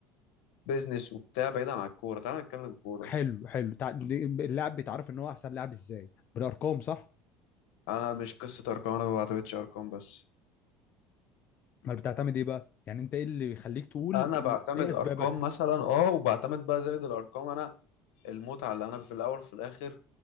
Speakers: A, on the left (about 80°); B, on the left (about 45°).
A: بيزنس وبتاع بعيد عن الكوره تعال نتكلم كوره
B: حلو حلو تع- اللاعب بيتعرف ان هو احسن لاعب ازاي بالارقام صح
A: انا مش قصه ارقام انا ما بعتمدش ارقام بس
B: ما بتعتمد ايه بقى يعني انت ايه اللي بيخليك تقول
A: انا
B: إن-
A: بعتمد
B: ايه اسبابك
A: ارقام مثلا اه وبعتمد بقى زائد الارقام انا المتعه اللي انا في الاول وفي الاخر